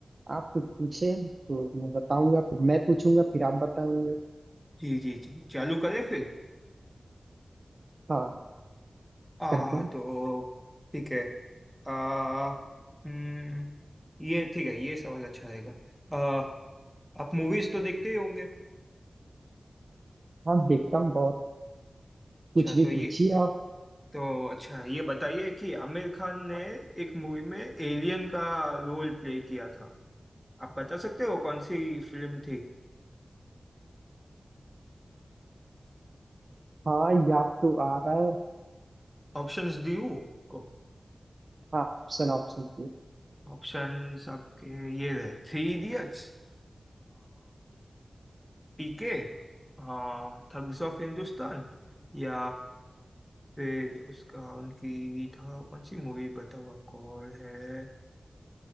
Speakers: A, on the right; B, in the centre.
A: आप कुछ पूछे तो मैं बताऊंगा फिर मैं पूछूंगा फिर आप बताओगे
B: जी जी जी चालू करें फिर
A: हाँ
B: आ
A: करते हैं
B: तो ठीक है आ हम्म ये ठीक है ये सवाल अच्छा रहेगा आ आप मूवीज तो देखते ही होंगे
A: हाँ देखता हूँ बहुत
B: अच्छा
A: कुछ भी
B: तो ये
A: पूछिए आप
B: तो अच्छा ये बताइए कि आमिर खान ने एक मूवी में एलियन का रोल प्ले किया था आप बता सकते हो कौन सी फिल्म थी
A: हाँ या तो आ रहा है
B: ऑप्शंस दी हूँ आपको।
A: हाँ ऑप्शन ऑप्शन
B: ऑप्शंस आपके ये रहे थ्री इडियट्स पीके हाँ थग्स ऑफ हिंदुस्तान या फिर उसका उनकी था कौन सी मूवी बताओ आपको और है